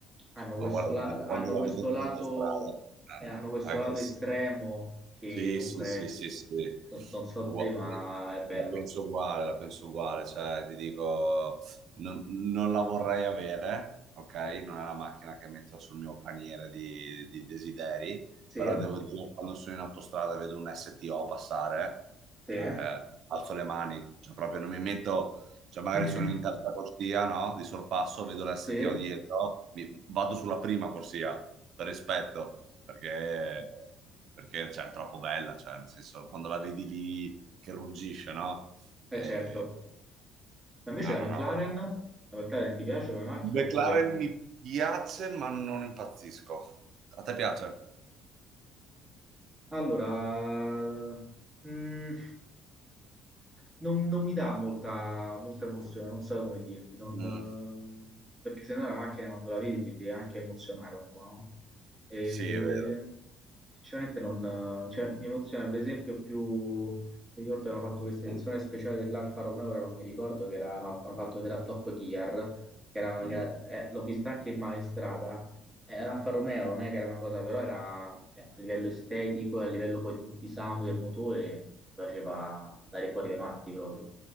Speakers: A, on the right; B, on the right.
A: hanno questo,
B: Ma guarda,
A: la-
B: ti dico, quando
A: hanno questo
B: la vedo
A: lato,
B: in autostrada,
A: eh, hanno
B: eh,
A: questo
B: aggressiva.
A: lato estremo che
B: Sì,
A: comunque,
B: sì, sì, sì, sì.
A: no- non so
B: Ua-
A: te, ma è bello.
B: La penso uguale, la penso uguale, cioè ti dico, non, non la vorrei avere, ok? Non è la macchina che metto sul mio paniere di, di desideri,
A: Sì,
B: però devo dire, quando sono in autostrada e vedo un STO passare,
A: sì,
B: cioè alzo le mani, cioè proprio non mi metto, cioè magari
A: <laughs>
B: sono in terza corsia, no? Di sorpasso, vedo l'STO
A: sì, <laughs>
B: dietro, mi- vado sulla prima corsia, per rispetto perché, perché cioè, è troppo bella, cioè, nel senso, quando la vedi lì che ruggisce, no?
A: è
B: Eh,
A: certo. Ma invece
B: no,
A: la
B: no,
A: McLaren,
B: no.
A: la McLaren ti piace come macchina
B: McLaren
A: oppure...
B: mi piace, ma non impazzisco. A te piace?
A: Allora, mm, non, non mi dà molta, molta emozione, non so come dirti, non,
B: Mm,
A: eh, perché se no la macchina quando la vedi ti deve anche emozionare un po', no? E
B: sì, è vero.
A: sinceramente non, eh, cioè, mi emoziona per esempio più, mi ricordo che hanno fatto questa edizione speciale dell'Alfa Romeo, ora non mi ricordo che era, no, hanno fatto vedere a Top Gear, che era,
B: Mm.
A: che era- eh, l'ho vista anche in, ma- in strada, eh, l'Alfa Romeo non è che era una cosa, però era cioè, a livello estetico, e a livello poi di, di sound del motore, faceva andare fuori dai matti proprio.